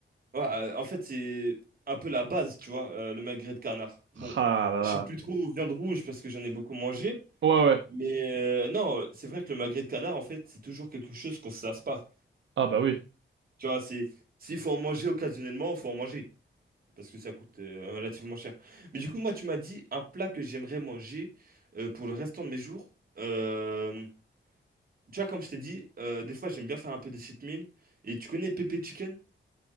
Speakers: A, on the right; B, on the right.
A: Ouais, euh, en fait, c'est un peu la base, tu vois, euh, le magret de canard. Bon,
B: Ah là
A: je
B: là.
A: sais plus trop viande rouge parce que j'en ai beaucoup mangé.
B: Ouais ouais.
A: Mais euh, non, c'est vrai que le magret de canard, en fait, c'est toujours quelque chose qu'on se lasse pas.
B: Ah bah oui.
A: Tu vois, c'est s'il faut en manger occasionnellement, faut en manger parce que ça coûte euh, relativement cher. Mais du coup, moi, tu m'as dit un plat que j'aimerais manger euh, pour le restant de mes jours. Euh, tu vois, comme je t'ai dit, euh, des fois, j'aime bien faire un peu de cheat meal. Et tu connais Pépé Chicken?